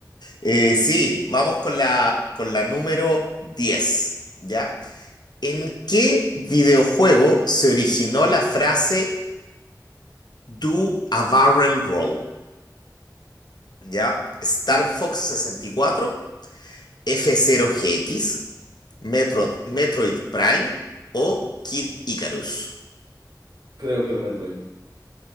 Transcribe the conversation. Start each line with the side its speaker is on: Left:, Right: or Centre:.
Left: Eh, sí, vamos con la, con la número 10. ¿ya? ¿En qué videojuego se originó la frase Do a Barrel Roll? ¿Ya? ¿Star Fox 64. F0GX, Metro- Metroid Metroid Prime o Kid Icarus.
Right: Creo que el Metroid.